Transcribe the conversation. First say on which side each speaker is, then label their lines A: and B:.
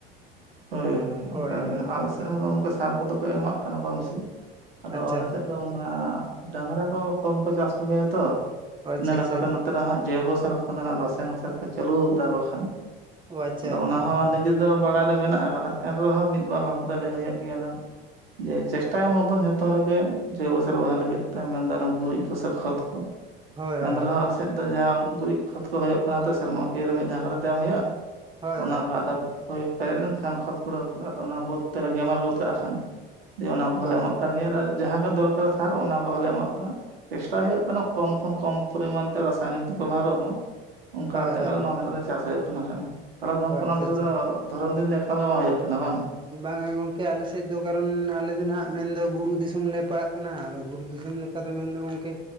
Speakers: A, on the right; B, on the right.
A: ᱦᱚᱭ ᱦᱚᱭ ᱚᱱᱠᱟ
B: ᱦᱳᱭ
A: ᱜᱮ
B: ᱦᱳᱭ
A: ᱦᱟᱸᱜ ᱟᱞᱮ ᱥᱮᱜ ᱦᱚᱸ ᱜᱚᱝᱠᱮ ᱥᱟᱨ ᱠᱚᱫᱚ ᱠᱚ ᱮᱢᱟᱜ ᱠᱟᱱᱟ ᱠᱚᱢ ᱵᱤᱥᱤ᱾ ᱟᱫᱚ
B: ᱟᱪᱪᱷᱟ
A: ᱟᱞᱮ ᱥᱮᱜ ᱫᱚ ᱚᱱᱟ ᱰᱟᱝᱨᱟ ᱠᱚ ᱠᱚᱢ ᱠᱚ ᱪᱟᱥ ᱠᱚ ᱜᱮᱭᱟ ᱛᱚ
B: ᱟᱪᱪᱷᱟ
A: ᱤᱱᱟᱹ
B: ᱟᱪᱪᱷᱟ
A: ᱞᱟᱠᱟ ᱛᱮ ᱱᱚᱛᱼᱼ ᱛᱮ ᱱᱟᱦᱟᱸᱜ ᱡᱚᱭᱵᱚᱥᱟᱨ ᱠᱷᱚᱱ ᱫᱚ ᱚᱱᱟ ᱨᱟᱥᱟᱭᱱᱤᱠ ᱥᱟᱨ ᱠᱚ ᱪᱟᱹᱞᱩᱣ ᱟᱠᱟᱫᱟ, ᱟᱫᱚ ᱠᱷᱟᱱ
B: ᱚ ᱟᱪᱪᱷᱟ
A: ᱟᱫᱚ ᱚᱱᱟ ᱦᱚᱸ ᱱᱤᱼᱼ ᱱᱤᱡᱮ ᱫᱚ ᱵᱟᱲᱟᱭ ᱫᱚ ᱢᱮᱱᱟᱜ ᱟᱠᱟᱫᱟ, ᱮᱱ ᱨᱮᱦᱚᱸ ᱢᱤᱫ ᱵᱟᱨ ᱦᱚᱲ ᱠᱚᱫᱚ ᱞᱟᱹᱭ ᱦᱩᱭᱩᱜ ᱜᱮᱭᱟ ᱱᱟᱝ ᱾ ᱡᱮ ᱪᱮᱥᱴᱟᱭ ᱢᱟᱵᱚᱱ ᱡᱷᱚᱛᱚ ᱦᱚᱲ ᱜᱮ ᱡᱳᱭᱵᱚ ᱥᱟᱨ ᱵᱮᱵᱷᱟᱨ ᱞᱟᱹᱜᱤᱫ ᱛᱮ, ᱢᱮᱱ ᱫᱚ ᱚᱱᱟ ᱜᱩᱨᱤᱡ ᱠᱚ ᱥᱮ ᱠᱷᱚᱛ ᱠᱚ ᱾
B: ᱦᱳᱭ ᱦᱳᱭ
A: ᱮᱱ
B: ᱦᱳᱭ
A: ᱨᱮᱦᱚᱸ ᱟᱞᱮ ᱥᱮᱫ ᱫᱚ ᱡᱟᱦᱟᱸ ᱜᱩᱨᱤᱡ ᱠᱷᱚᱛ ᱠᱚ ᱦᱚᱭᱚᱜ ᱠᱟᱱᱟ, ᱛᱚ ᱥᱮᱨᱢᱟ ᱠᱤᱭᱟᱹ ᱨᱮ ᱢᱤᱫ ᱫᱷᱟᱣ ᱠᱟᱛᱮ ᱮᱢ ᱦᱩᱭᱩᱜ-ᱟ ᱾
B: ᱦᱳᱭ
A: ᱚᱱᱟ ᱠᱚ ᱟᱫᱚ ᱦᱳᱭ ᱯᱮᱨᱮᱡ ᱞᱮᱱᱠᱷᱟᱱ ᱠᱷᱚᱛ ᱠᱩᱲᱟᱹᱣ ᱠᱟᱜ-ᱟ, ᱟᱫᱚ ᱚᱱᱟ ᱵᱟᱹᱫᱽ ᱛᱮᱞᱮ ᱜᱮᱢᱟᱞ ᱜᱚᱫ ᱠᱟᱜ-ᱟ ᱠᱷᱟᱱ ᱾ ᱡᱮ ᱚᱱᱟ ᱠᱚᱦᱚᱸ
B: ᱦᱳᱭ
A: ᱞᱮ ᱮᱢᱟᱜ ᱠᱟᱱ ᱜᱮᱭᱟ, ᱟᱨ ᱡᱟᱦᱟᱸ ᱜᱮ ᱫᱚᱨᱠᱟᱨᱟ ᱥᱟᱨ ᱚᱱᱟ ᱠᱚᱦᱚᱸ ᱞᱮ ᱮᱢᱟᱜ ᱠᱟᱱᱟ ᱾ ᱪᱮᱥᱴᱟᱭ ᱦᱩᱭᱩᱜ ᱠᱟᱱᱟ ᱠᱚᱢ ᱠᱷᱚᱱ ᱠᱚᱢ ᱯᱚᱨᱤᱢᱟᱱ ᱛᱮ ᱨᱟᱥᱟᱭᱚᱱᱤᱠ ᱫᱚ ᱵᱮᱵᱚᱦᱟᱨᱚᱜ ᱢᱟ ᱾ ᱚᱱᱠᱟ
B: ᱦᱳᱭ
A: ᱠᱟᱛᱮᱜ
B: ᱦᱳᱭ
A: ᱜᱮ ᱟᱞᱮ ᱱᱚᱣᱟ ᱫᱷᱟᱨᱮ ᱫᱚ ᱪᱟᱥ ᱦᱚᱭᱚᱜ ᱠᱟᱱᱟ ᱠᱷᱟᱱ, ᱛᱟᱦᱚᱞᱮ ᱜᱚᱢᱠᱮ
B: ᱦᱳᱭ ᱟᱪᱪᱷᱟ
A: ᱚᱱᱟ ᱫᱷᱟᱨᱮ
B: ᱟᱪᱪᱷᱟ
A: ᱫᱚᱼᱼ ᱫᱷᱚᱨᱚᱱ ᱫᱤᱱ ᱫᱚ ᱮᱠᱟᱞ ᱜᱮ ᱵᱟᱝ ᱦᱩᱭᱩᱜ ᱠᱟᱱᱟ ᱵᱟᱝ?
B: ᱵᱟᱝᱟ ᱜᱚᱝᱠᱮ ᱟᱞᱮ ᱥᱮᱡ ᱫᱚ ᱠᱟᱨᱚᱱ, ᱟᱞᱮ ᱫᱚ ᱦᱟᱸᱜ ᱢᱮᱱ ᱫᱚ ᱵᱩᱨᱩ ᱫᱤᱥᱚᱢ ᱞᱮ ᱯᱟᱲᱟᱜ ᱠᱟᱱᱟ ᱾ ᱟᱫᱚ ᱵᱩᱨᱩ ᱫᱤᱥᱚᱢ ᱞᱮᱼᱼ ᱠᱟᱛᱮ ‌ᱢᱮᱱᱫᱚ ᱜᱚᱝᱠᱮ